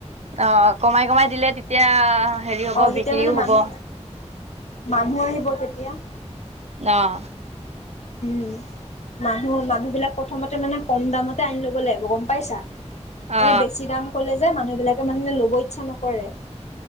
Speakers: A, on the right; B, on the left.
A: অ কমাই কমাই দিলে তেতিয়া হেৰি হ'ব
B: অ তেতিয়া
A: বিক্ৰীও
B: মানে
A: হ'ব।
B: মানুহ মানুহ আহিব তেতিয়া।
A: অ'।
B: উম। মানুহ মানুহ বিলাক প্ৰথমতে মানে কম দামতে আনি ল'ব লাগিব গম পাইছা। মানে
A: অ
B: বেছি দাম কলে যে মানুহ বিলাকে মানে ল'ব ইচ্ছা নকৰে।